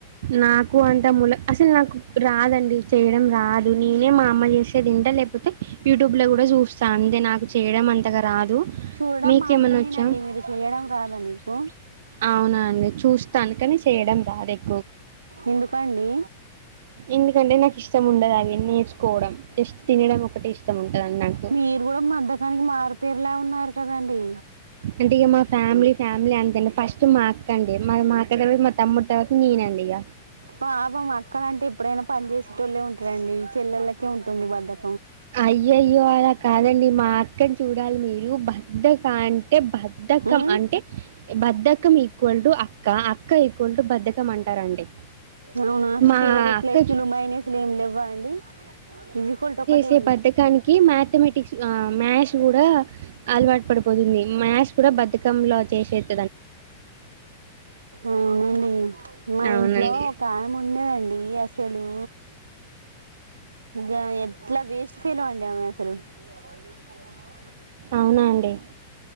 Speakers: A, on the right (about 55°); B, on the right (about 75°).
A: నాకు అంటే ములక్ అసలు నాకు కు రాదండి, చేయడం రాదు. నేనే మా అమ్ అమ్మ చేస్తే తింట, లేకపోతే యూట్యూబ్ లో కూడా చూస్తా అంతే. నాకు చేయడం అంతగా రాదు.
B: చూడడం
A: మీకేమన్నా
B: మాత్రమేనండి
A: వచ్చా?
B: మీరు చేయడం రాదా మీకు
A: అవునండి చూస్తా, అందుకనే చ్ చేయడం రాదేక్
B: ఎందుకండి?
A: ఎందుకంటే నాకు ఇష్టం ఉండదు అవి నేర్చుకోవడం, జస్ట్ తినడం ఒకటి ఇష్టం ఉంటదండి నాకు.
B: మీరు కూడా మద్దకానికి మారుపేరులా ఉన్నారు కదండి
A: అంటే ఇగ మా ఫ్యామిలీ ప్యామ్ ఫ్యామిలీ అంతె అండి. ఫస్ట్ మా అక్కఅండి. మర్ మా అక్క తర్వాత, మా తమ్ముడు తర్వాత, నేనండి ఇగ.
B: పాపం అక్కలంటే ఎప్పుడైనా పనిచేసేటోళ్లే ఉంటరండి. చెల్లెలకే ఉంటుంది బద్దక్
A: అయ్యయ్యో అలా కాదండి, మా అక్కని చూడ్ డాలి మీరు? బద్దకా టే బధకం
B: ఉమ్
A: అంటే, బద్దకం ఈక్వల్ టు అక్క. అక్ క్క ఈక్వల్ టు బద్దకం అంటారండి.
B: అవునా.
A: మా
B: స్కేరు,
A: అక్క
B: ప్లస్లు,
A: చూ-
B: మైనస్లు ఏమి లేవ్వ అండి? ఇజిక్వల్ట్ ఒకటెన్
A: తె బద్దకానికి మ్యాథమెటిక్స్, ఆ మ్యాస్ తు కూడా అలవాటు పడిపోతుంది, మ్యాస్ కూడా బద్ధకం లో చేసేద్
B: అవునండి, మా
A: అవునండి
B: ఇంట్లో ఒక ఆమె ఉన్నదండి. ఇగసలూ గ ఎట్ల వేస్ట్ ఫెలో అండామే అసలు. తో అవయిది వీలు తీయాలి <unintelligible>
A: అవునా అండి